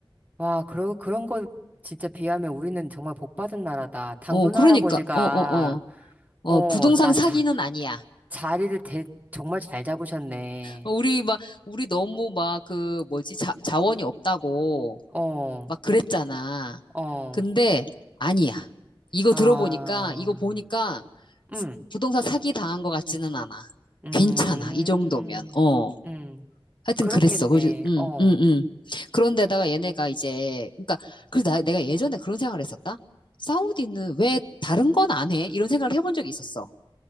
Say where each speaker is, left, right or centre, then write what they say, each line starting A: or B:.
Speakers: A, on the right; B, on the left.
A: 와, 그러, 그런 거 진짜 비하면 우리는 정말 복 받은 나라다. 단군
B: 어, 그러니까,
A: 할아버지가,
B: 어, 어, 어. 어,
A: 어,
B: 부동산
A: 나
B: 사기는
A: 자,
B: 아니야.
A: 자리를 대, 정말 잘 잡으셨네.
B: 어, 우리 막, 우리 너무 막 그, 뭐지, 자, 자원이 없다고
A: 어,
B: 막 그랬잖아.
A: 어,
B: 근데 아니야. 이거
A: 아,
B: 들어보니까, 이거 보니까
A: 음.
B: 부동산 사기 당한 것 같지는 않아.
A: 음,
B: 괜찮아. 이 정도면. 어.
A: 음,
B: 하여튼
A: 그렇겠네.
B: 그랬어. 그래서, 응,
A: 어.
B: 응, 응. 그런데다가 얘네가 이제, 그러니까, 그래서 나, 내가 예전에 그런 생각을 했었다. 사우디는 왜 다른 건 안 해? 이런 생각을 해본 적이 있었어.